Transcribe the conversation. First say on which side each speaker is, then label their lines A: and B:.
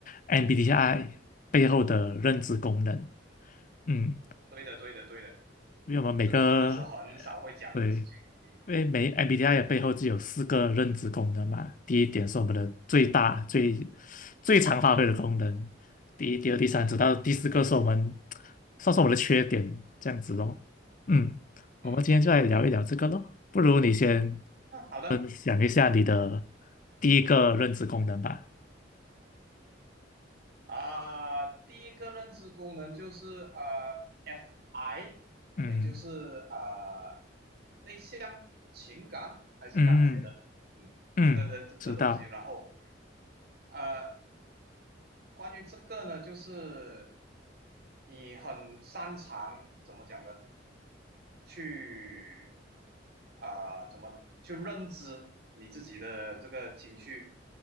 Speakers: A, on the left; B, on the right.
A: MBTI 背后的认知功能。嗯，
B: 对的对的对的，
A: 因为我们每个呃
B: 这个真的是很少会讲的事情。
A: 对，因
B: 嗯
A: 为每 MBTI 的背后只有四个认知功能嘛。第一点是我们的最大、最最常发挥的功能，第一、第二、第三，
B: 嗯嗯嗯
A: 直到第四个是我们算是我们的缺点，这样子咯。嗯，我们今天就来聊一聊这个咯。
B: 嗯嗯，
A: 不如你先
B: 嗯，好的
A: 分享一下你的第一个认知功能吧。
B: 啊，第一个认知功能就是呃 FI，
A: 嗯
B: 也就是呃内向、情感还是感觉的，
A: 嗯
B: 嗯，
A: 嗯，
B: 这个这这这东西，
A: 嗯知道。
B: 然后呃，关于这个呢，就是你很擅长怎么讲呢？去啊、怎么呢？去认知你自己的这个情绪